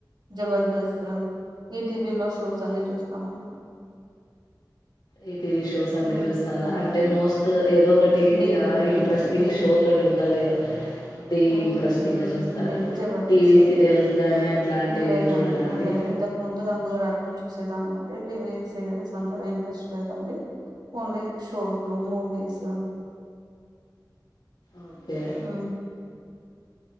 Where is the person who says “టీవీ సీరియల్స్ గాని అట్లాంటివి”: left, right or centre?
Left